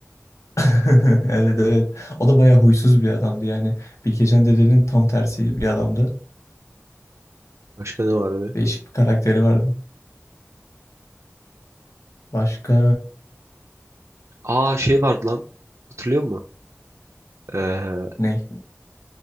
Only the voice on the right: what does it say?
Başka ne vardı?
Aa şey vardı lan. Hatırlıyor musun? Ee,